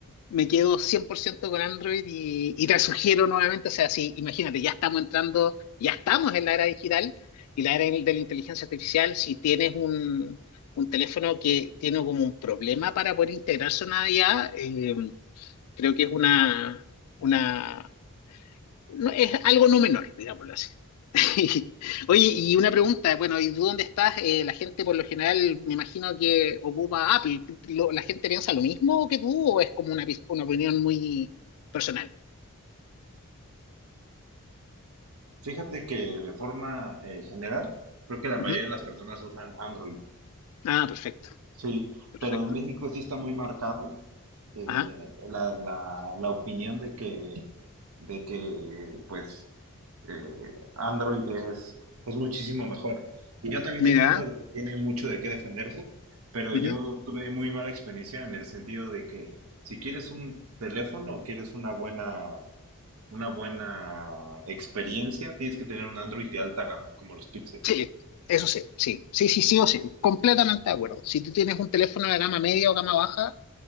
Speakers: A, on the left; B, on the right.
A: me quedo 100% con Android y, y te sugiero nuevamente, o sea, si imagínate, ya estamos entrando, ya estamos en la era digital y la era de la inteligencia artificial, si tienes un, un teléfono que tiene como un problema para poder integrarse a una IA, eh, creo que es una, una no- es algo no menor, digámoslo así. <laughs> Oye, y una pregunta, bueno, ¿y tú dónde estás? Eh, la gente por lo general, me imagino que ocupa Apple. ¿Tú- lo- ¿La gente piensa lo mismo que tú o es como una, pis- una opinión muy personal?
B: Fíjate que de forma eh, general, creo que la mayoría
A: Ujú.
B: de las personas usan Android.
A: Ah, perfecto,
B: Sí,
A: perfecto.
B: pero en México sí está muy marcado eh,
A: Ajá,
B: la, la, la opinión de que, de que pues, eh, Android es, es muchísimo mejor. Y yo también
A: mira.
B: defiendo de que tiene mucho de qué defenderse, pero
A: ujú.
B: yo tuve muy mala experiencia en el sentido de que si quieres un teléfono o quieres una buena, una buena experiencia, tienes que tener un Android de alta gama, como los Pixel.
A: Sí, eso sí, sí, sí, sí, sí o sí, completamente de acuerdo. Si tú tienes un teléfono de gama media o gama baja,